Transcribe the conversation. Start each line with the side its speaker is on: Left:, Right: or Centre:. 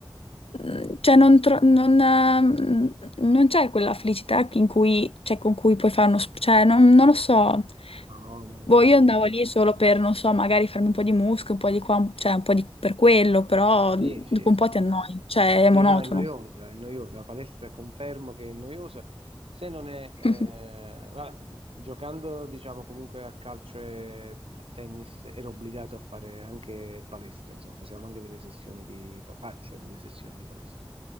Left: mm, cioè, non, tro- non, ehm, non c'è quella felicità che- in cui, cioè, con cui puoi fare uno... sp- Cioè, non, non lo so.
Right: No, no, no,
Left: Boh,
Right: no,
Left: io
Right: no.
Left: andavo lì
Right: no.
Left: solo per, non so, magari farmi un po' di muscolo, un po' di qua, un- cioè un po' di, per quello, però
Right: Sì,
Left: dopo
Right: sì.
Left: un po' ti annoi, cioè è
Right: Sì,
Left: monotono.
Right: no, è noiosa, è noiosa, la palestra confermo che è noiosa, se non è,
Left: <laughs>
Right: eh, va- giocando diciamo comunque a calcio e a tennis ero obbligato a fare anche palestra, insomma, facevamo anche delle sessioni di, faccio delle sessioni di palestra,